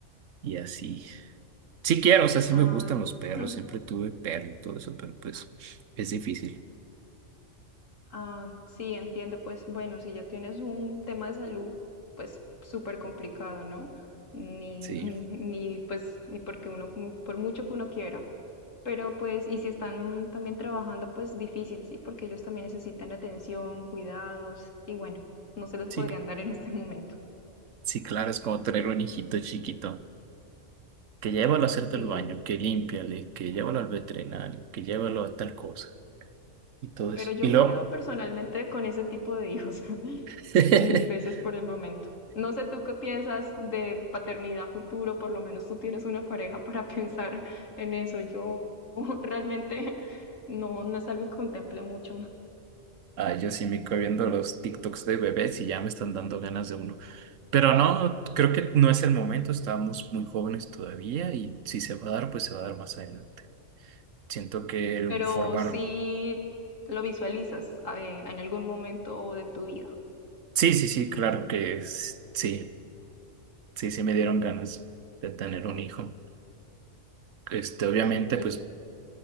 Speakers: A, on the right; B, on the left.
A: y así. Sí quiero, o sea, sí
B: Ah,
A: me gustan los perros,
B: <laughs>
A: siempre tuve perro y todo eso, pero pues es difícil.
B: Ah, sí, entiendo. Pues bueno, si ya tienes un tema de salud, pues súper complicado, ¿no? Ni,
A: Sí,
B: <laughs> ni pues, ni porque uno, mu- por mucho que uno quiera. Pero pues, y si están también trabajando, pues difícil, sí, porque ellos también necesitan atención, cuidados, y bueno, no se los
A: sí,
B: podrían dar en este momento.
A: sí, claro, es como tener un hijito chiquito, que llévalo a hacerte
B: Sí,
A: el baño, que límpiale, que llévalo al veterinario, que llévalo a tal cosa y todo
B: pero
A: eso.
B: yo
A: Y
B: me
A: luego,
B: quedo personalmente con ese tipo de hijos.
A: <laughs>
B: mil veces por el momento. No sé tú qué piensas de paternidad futuro, por lo menos tú tienes una pareja para <laughs> pensar en eso. Yo <laughs> realmente no, no es algo que contemple mucho,
A: ah, yo sí me quedo viendo los TikToks de bebés y ya me están dando ganas de uno. Pero no, creo que no es el momento, estamos muy jóvenes todavía y si se va a dar, pues se va a dar más adelante. Siento que el
B: pero
A: formar
B: sí lo visualizas eh, en algún momento de tu vida.
A: Sí, sí, sí, claro que s- sí, sí, sí me dieron ganas de tener un hijo. Este, obviamente,
B: Mm, Y
A: pues